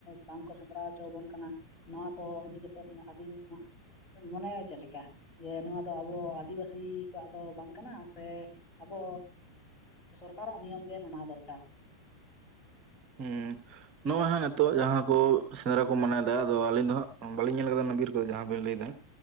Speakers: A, on the left (about 25°); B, on the right (about 35°).
A: ᱵᱟᱝᱠᱚ ᱥᱮᱸᱫᱽᱨᱟ ᱦᱚᱪᱚᱣᱟᱵᱚᱱ ᱠᱟᱱᱟ ᱱᱚᱣᱟ ᱠᱚ ᱤᱫᱤ ᱠᱟᱛᱮᱫ ᱟᱹᱵᱤᱱ ᱢᱚᱱᱮᱭᱟ ᱪᱮᱫ ᱞᱮᱠᱟ ᱡᱮ ᱱᱚᱣᱟ ᱫᱚ ᱟᱵᱚ ᱟᱹᱫᱤᱵᱟᱹᱥᱤ ᱠᱚᱣᱟᱜ ᱫᱚ ᱵᱟᱝ ᱠᱟᱱᱟ ᱥᱮ ᱟᱵᱚ ᱥᱚᱨᱠᱟᱨᱟᱜ ᱱᱤᱭᱚᱢ ᱜᱮ ᱢᱟᱱᱟᱣ ᱫᱚᱨᱠᱟᱨ
B: ᱦᱩ ᱱᱚᱜ-ᱚᱭ ᱦᱟᱜ ᱱᱤᱛᱚᱜ ᱡᱟᱦᱟᱸ ᱠᱚ ᱥᱮᱸᱫᱽᱨᱟ ᱠᱚ ᱢᱟᱱᱟᱭᱮᱫᱟ ᱟᱫᱚ ᱟᱹᱞᱤᱧ ᱫᱚ ᱦᱟᱸᱜ ᱵᱟᱞᱤᱧ ᱧᱮᱞ ᱟᱠᱟᱫᱟ ᱵᱤᱨ ᱠᱚᱫᱚ ᱡᱟᱦᱟᱸ ᱵᱤᱱ ᱞᱟᱹᱭ ᱮᱫᱟ